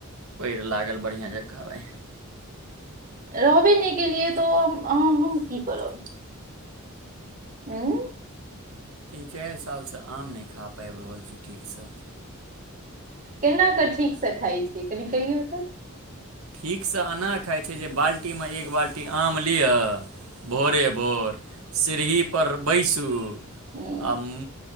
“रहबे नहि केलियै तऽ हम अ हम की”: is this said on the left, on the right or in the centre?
Right